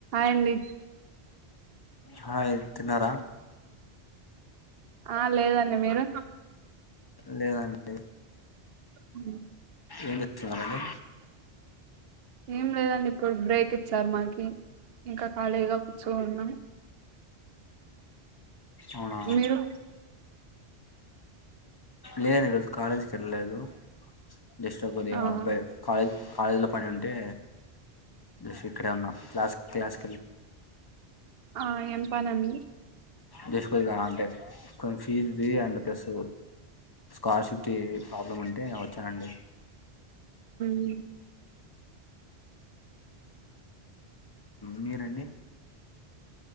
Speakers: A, on the right (about 65°); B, on the left (about 30°).
A: AD
B: hi తిన్నారా
A: ఆ లేదండి మీరు
B: లేదండి
A: ఉమ్
B: ఏం చేస్తున్నారండి
A: ఏం లేదండి ఇప్పుడు బ్రేక్ ఇచ్చారు మాకి ఇంకా ఖాళీగా కూర్చోన్నాం
B: అవునా
A: మీరు
B: లేదు ఈ రోజు కాలేజ్కి వెళ్ళలేదు దక్షిణకొరియా
A: ఆహా
B: అబ్బాయి కాలేజ్ కాలేజీ లో పని ఉంటే జస్టు ఇక్కడే ఉన్నాం క్లాస్ క్లాస్
A: ఆ ఎంపనండి
B: జస్ట్ కొద్దిగా రా అంటే కొం ఫీజ్ది అండ్ ప్లస్ స్కాలర్షిప్కి ప్రాబ్లం అంటే వచ్చానండి
A: ఉ
B: మీరండి